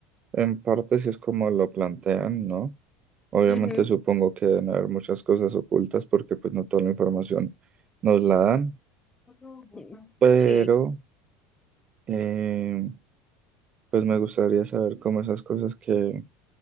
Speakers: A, on the right (about 40°); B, on the left (about 15°).
A: En parte sí es como lo plantean, ¿no? Obviamente
B: Ujú,
A: supongo que deben haber muchas cosas ocultas porque pues no toda la información nos la dan,
B: mm,
A: pero
B: Sí,
A: eh, pues me gustaría saber cómo esas cosas que